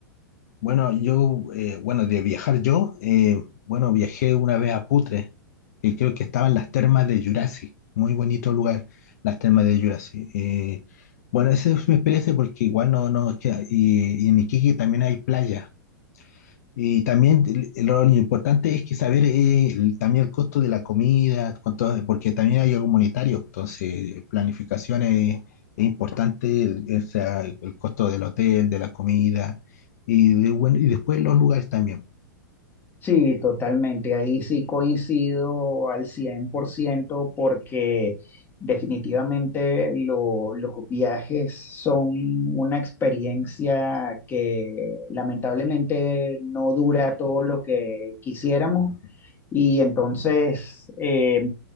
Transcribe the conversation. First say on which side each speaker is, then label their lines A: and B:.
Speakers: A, on the left; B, on the left.
A: Bueno, yo, eh, bueno, de viajar yo, eh, bueno, viajé una vez a Putre, y creo que estaban las termas de Yurasi, muy bonito lugar, las termas de Yurasi. Eh, bueno, esa es mi experiencia porque igual no, no, queda- y, y en Iquique también hay playa, Y también el- lo importante es que saber eh, el- también el costo de la comida, cuánto, porque también hay algo monetario, entonces planificación es, es importante, el, o sea, el costo del hotel, de la comida y, de, bueno y después los lugares también.
B: Sí, totalmente. Ahí sí coincido al cien por ciento porque definitivamente lo- los viajes son una experiencia que lamentablemente no dura todo lo que quisiéramos
A: Mm,
B: y entonces eh,